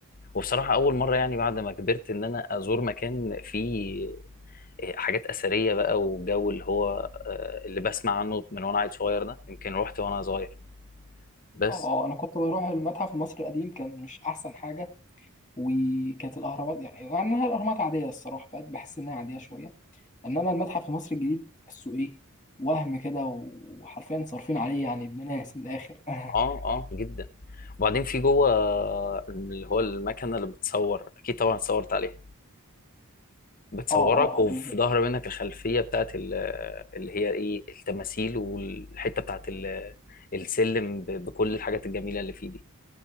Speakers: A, on the left (about 40°); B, on the left (about 20°).
A: وبصراحة اول مرة يعني بعد ما كبرت ان انا ازور مكان فيه آه، حاجات اثرية بقى والجو اللي هو آه اللي بسمع عنه من وانا عيل صغير ده يمكن روحت وانا صغير بس
B: اه آه، أنا كنت بروح المتحف المصري القديم كان مش أحسن حاجة وكانت الاهرامات يعني مع انها الاهرامات عاديه الصراحه بقت بحس انها عاديه شويه انما المتحف في مصر الجديد تحسه ايه وهم كده وحرفيا صارفين عليه يعني ابن ناس من الاخر <laughs> اه
A: اه اه جدا وبعدين في جوه آه، اللي هو المكنة اللي بتصور اكيد طبعا اتصورت عليها بتصورك
B: اه
A: وفي
B: اه بالظبط
A: ظهر منك الخلفية بتاعت ال- اللي هي ايه التماثيل والحتة بتاعت ال- السلم ب- بكل الحاجات الجميلة اللي فيه دي